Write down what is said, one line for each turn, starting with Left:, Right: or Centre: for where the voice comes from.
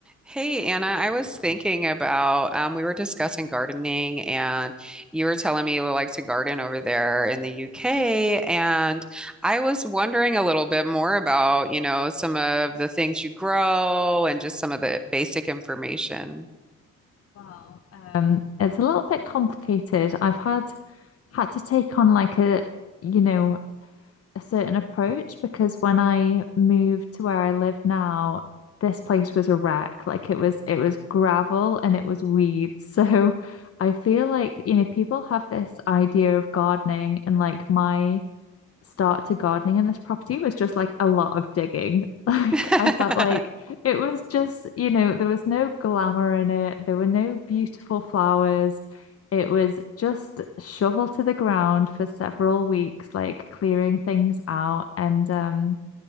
Centre: Hey Anna, I was thinking about um, we were discussing gardening, and you were telling me you like to garden over there in the UK, and I was wondering a little bit more about, you know, some of the things you grow and just some of the basic information.
Left: Well, um, it's a little bit complicated. I've had had to take on like a, you know, a certain approach because when I moved to where I live now, this place was a wreck. Like it was it was gravel and it was weeds. <laughs> So I feel like, you know, people have this idea of gardening and like my start to gardening in this property was just like a lot of digging. <laughs> Like
Centre: <laughs>
Left: I felt like it was just, you know, there was no glamour in it. There were no beautiful flowers. It was just shovel to the ground for several weeks, like clearing things out. And um,